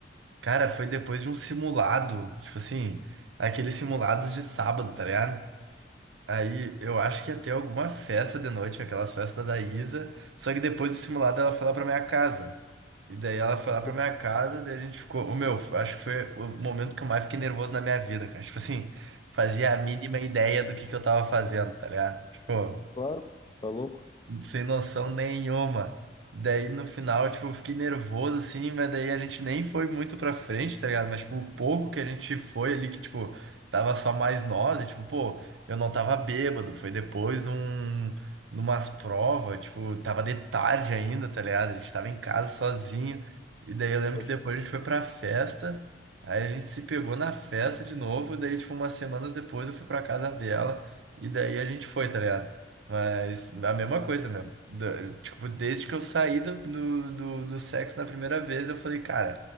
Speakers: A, on the right; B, on the left.
A: cara, foi depois de um simulado, tipo assim, aqueles simulados de sábado, tá ligado? Aí eu acho que ia ter alguma festa de noite, aquelas festas da Isa, só que depois do simulado ela foi lá pra minha casa. E daí ela foi lá pra
B: sim,
A: minha casa, daí a gente ficou, o meu, acho que foi o momento que eu mais fiquei nervoso na minha vida, cara. Tipo assim, fazia a mínima ideia do que que eu tava fazendo, tá ligado? Tipo,
B: claro. Tá louco?
A: sem noção nenhuma. Daí no final, tipo, eu fiquei nervoso assim, mas daí a gente nem foi muito pra frente, tá ligado? Mas, tipo, o pouco que a gente foi ali, que, tipo, tava só mais nós, e, tipo, pô, eu não tava bêbado, foi depois de um, de umas provas, tipo, tava de tarde ainda, tá ligado? A gente tava em casa sozinho, e daí eu lembro
B: Pode
A: que depois
B: crer.
A: a gente foi pra festa, aí a gente se pegou na festa de novo, daí, tipo, umas semanas depois eu fui pra casa dela, e daí a gente foi, tá ligado? Mas a mesma coisa, meu. Da- Tipo, desde que eu saí do, do, do, do sexo na primeira vez, eu falei, cara,